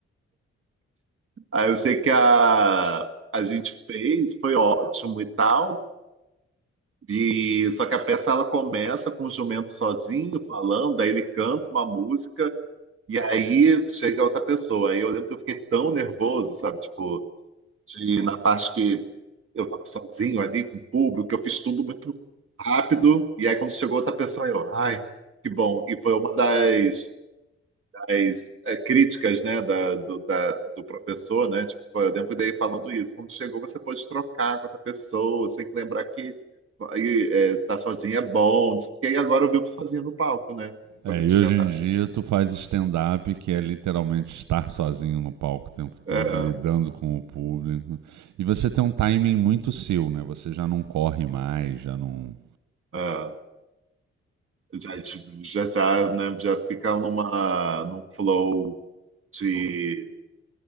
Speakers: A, on the right; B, on the right.
A: Aí eu sei que a, a gente fez, foi ótimo e tal. E só que a peça ela começa com o jumento sozinho falando, aí ele canta uma música e aí chega outra pessoa. Aí eu lembro que eu fiquei tão nervoso, sabe? Tipo, de, na parte que eu tava sozinho ali com o público, eu fiz tudo muito rápido. E aí quando chegou outra pessoa, eu, ai, que bom. E foi uma das as é, críticas, né, da, do, da- do professor, né? Tipo, eu lembro dele falando isso. Quando chegou, você pode trocar com outra pessoa, você tem que lembrar que aí, é, tá sozinho é bom. não sei o quê. E agora eu vivo sozinho no palco, né?
B: É,
A: Fazendo
B: e
A: stand-up.
B: hoje em dia tu faz stand-up, que é literalmente estar sozinho no palco o tempo todo,
A: É,
B: lidando com o público. E você tem um timing muito seu, né? Você já não corre mais, já não.
A: é. Já, já, já, né, já fica numa, num flow de.